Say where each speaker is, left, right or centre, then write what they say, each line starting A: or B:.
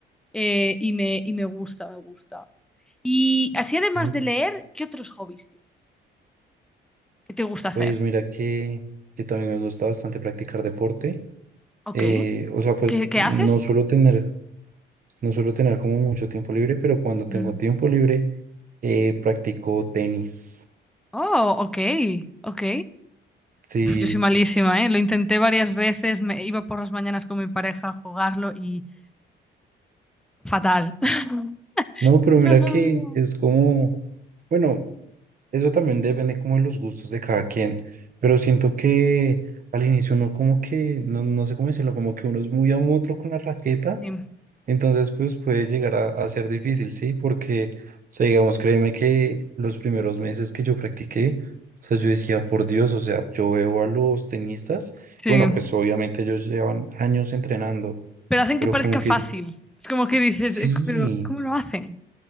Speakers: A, in the centre; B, on the right.
A: Eh, y me, y me gusta, me gusta. Y así, además
B: Mm,
A: de leer, ¿qué otros hobbies tienes? ¿Qué te gusta hacer?
B: Pues mira que, que también me gusta bastante practicar deporte.
A: Ok.
B: Eh, o sea, pues
A: ¿Qué, qué
B: no
A: haces?
B: suelo tener, no suelo tener como mucho tiempo libre, pero cuando tengo
A: Mm.
B: tiempo libre, eh, practico tenis.
A: Oh, ok, ok.
B: Sí,
A: Uf, Yo soy malísima, ¿eh? Lo intenté varias veces, me iba por las mañanas con mi pareja a jugarlo y fatal. <laughs>
B: no, pero mira
A: No es lo
B: que
A: mío.
B: es como, bueno. Eso también depende como de los gustos de cada quien, pero siento que al inicio uno como que, no, no sé cómo decirlo, como que uno es muy amotro con la raqueta,
A: Sí,
B: entonces pues puede llegar a, a ser difícil, ¿sí? Porque, o sea, digamos, créeme que los primeros meses que yo practiqué, o sea, yo decía, por Dios, o sea, yo veo a los tenistas,
A: sí.
B: bueno, pues obviamente ellos llevan años entrenando,
A: Pero hacen
B: pero
A: que parezca
B: como
A: fácil.
B: que
A: Es como que dices,
B: sí,
A: "Eh, pero ¿cómo lo hacen?